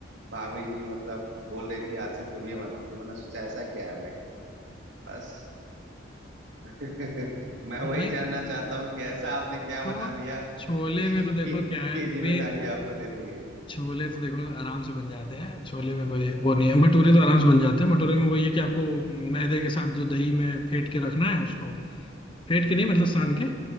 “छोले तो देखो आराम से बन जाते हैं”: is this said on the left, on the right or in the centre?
Left